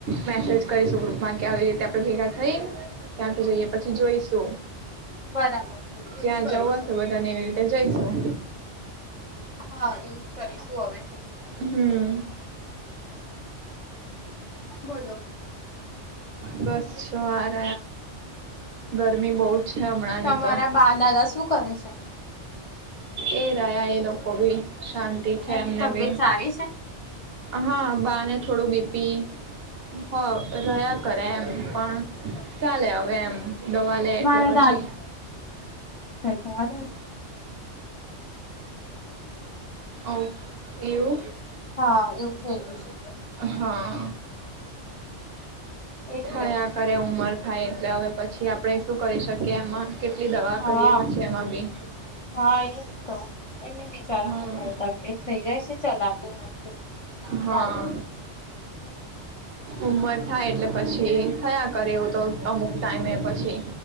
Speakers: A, on the right; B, on the left.
A: મેસેજ કરીશું ગ્રુપમાં કે આવી રીતે આપડે ભેગા થઈને ત્યાંથી જઈએ પછી જોઈશું
B: બરાબર છે એવું
A: ત્યાં
B: જ કરીશું
A: જવવા છ બધાને એવી રીતે તે જઈશું
B: હા યુજ કરીશું હવે થી
A: હમ
B: બોલો
A: બસ શું હાર ગરમી બહુ જ છે હમણાંની
B: તમારા
A: તો
B: બા દાદા શું <unintelligible>
A: ઘેર્યા એ લોકો કો ભી શાંતિ છે
B: એમની
A: એમને
B: તબિયત
A: બી
B: સારી છે
A: હા બને થોડું બીપી હો રહ્યા કરે એમ પણ ચાલે એમ દવા લે
B: મારા
A: એટલે પછી
B: <inaudible> ચલા
A: ઓ એવું
B: હા એવું થઇ ગયું છે
A: હા
B: એટલે
A: થયા કરે ઉંમર થાય એટલે હવે પછી આપણેે શું કરી શકીએ એમાં કેટલી દવા
B: હા
A: કરીએ પછી એમાં બી
B: હા એજ તો એમને બિચારાને
A: હા
B: બહુ તકલીફ થઇ જાય છે ચલાતું નથી
A: હા
B: દાદા ને
A: ઉમર થાય એટલે પછી થયા કર એવું તો અમુક ટાઈમ પછી